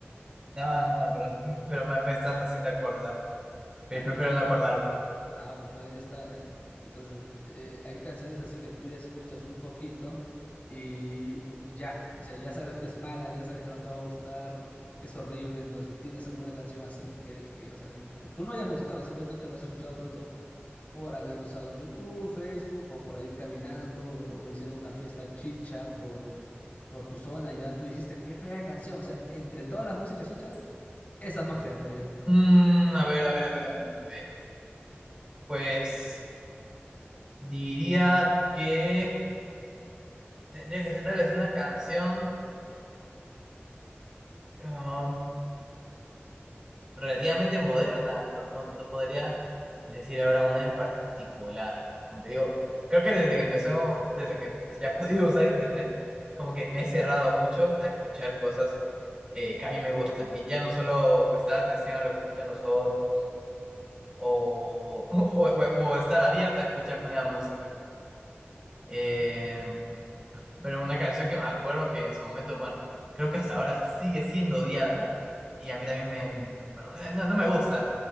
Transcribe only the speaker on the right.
No, no, no, pero, pero me, me estás haciendo acordar. Pe-
Prefiero
no acordar.
Mm, a ver, a ver, a ver, a ver, a ver. Pues diría que tendría que ser tal vez una canción. um, relativamente moderna, pero no, no podría decir ahora una en particular. Como te digo, creo que desde que empezó, desde que pues, ya <laughs> he podido usar internet, es como que me he cerrado mucho a escuchar cosas eh, que a mí me gustan. Y ya no solo prestar atención a lo que escuchan los otros, o, <laughs> o, o- o estar abierta a escuchar nueva música. Eh,
pero una canción que me acuerdo que en su momento, bueno, creo que hasta ahora sigue siendo odiada y a mí también me, bueno, eh, no, no me gusta,